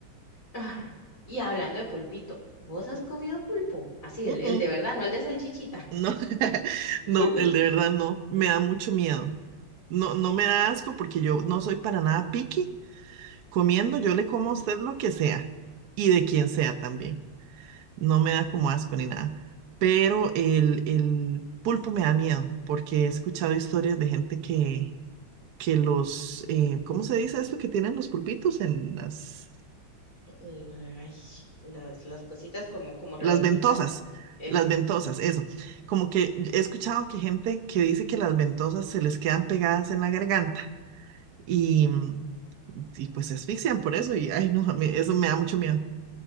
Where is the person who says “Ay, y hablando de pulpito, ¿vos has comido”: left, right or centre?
Left